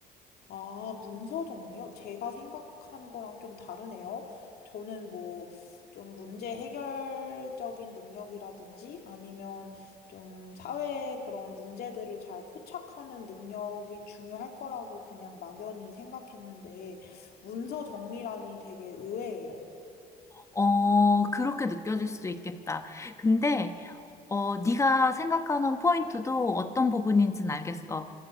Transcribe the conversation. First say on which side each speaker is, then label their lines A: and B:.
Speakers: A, on the left; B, on the left.
A: 아, 문서 정리요? 제가 생각한 거랑 좀 다르네요. 저는 뭐, 좀 문제 해결적인 능력이라든지 아니면 좀 사회의 그런 문제들을 잘 포착하는 능력이 중요할 거라고 그냥 막연히 생각했는데, 문서 정리라니 되게 의외예요.
B: 어, 그렇게 느껴질 수도 있겠다. 근데, 어, 네가 생각하는 포인트도 어떤 부분인지는 알겠어.